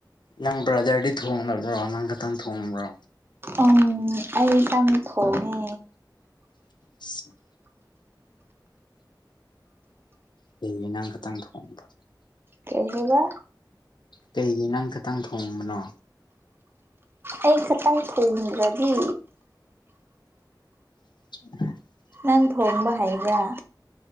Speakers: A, on the left; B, on the right.
A: ꯅꯪ ꯕ꯭ꯔꯗꯔꯗꯤ ꯊꯣꯡ <unintelligible> ꯅꯪ ꯈꯛꯇꯪ ꯊꯣꯡꯕ꯭ꯔꯣ
B: ꯎꯝ ꯑꯩꯇꯪ ꯊꯣꯡꯉꯦ
A: <inaudible> ꯀꯩꯒꯤꯅꯪ ꯈꯇꯪ ꯊꯣꯡꯕ
B: ꯀꯩ ꯍꯥꯏꯕ
A: ꯀꯩꯒꯤ ꯅꯪ ꯈꯥꯛꯇꯪ ꯊꯣꯡꯕꯅꯣ
B: ꯑꯩ ꯈꯇꯪ ꯊꯣꯡꯗ꯭ꯔꯗꯤ
A: <inaudible>
B: ꯅꯪ ꯊꯣꯡꯕ ꯍꯩꯕ꯭ꯔꯥ